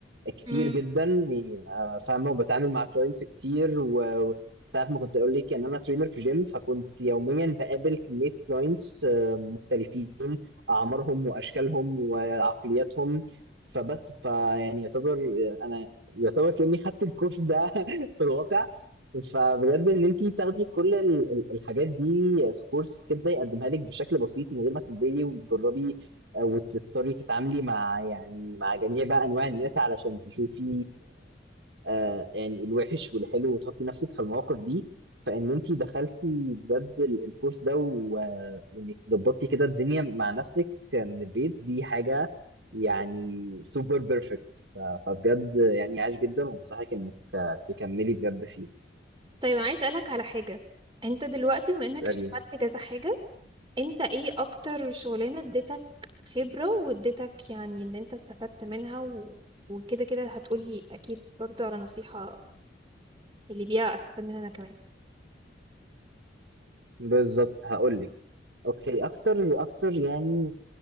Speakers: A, on the right; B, on the right.
A: كتير
B: امم
A: جدا يعني، آه، فاهمه وبتعامل مع كلاينتس كتير و ساعات ما كنت اقول لك ان انا ترينر في جيم فكنت يوميا بقابل كميه كلاينتس مختلفين اعمارهم واشكالهم وعقلياتهم فبس فيعني يعتبر انا يعتبر كاني خدت الكورس ده <laughs> في الواقع فبجد ان انت تاخدي كل ال- ال- الحاجات دي في كورس كده يقدمها لك بشكل بسيط من غير ما تنزلي وتجربي آه، وتضطري تتعاملي مع يعني مع جميع بقى انواع الناس علشان تشوفي آه يعني الوحش والحلو وتحطي نفسك في المواقف دي فان انت دخلتي بجد ال- الكورس ده و- وانك ظبطتي كده الدنيا مع نفسك من البيت دي حاجه يعني سوبر بيرفكت ف... فبجد يعني عاش جدا وانصحك انك آه، تكملي بجد فيه
B: طيب انا عايز اسالك على حاجه انت دلوقتي بما انك
A: اساليني
B: اشتغلت كذا حاجه انت ايه اكتر شغلانه اديتك خبره واديتك يعني ان انت استفدت منها و... وكده كده هتقولي اكيد برضو على نصيحه اللي بيها استفاد منها انا كمان
A: بالظبط هقول لك اوكي اكتر اكتر يعني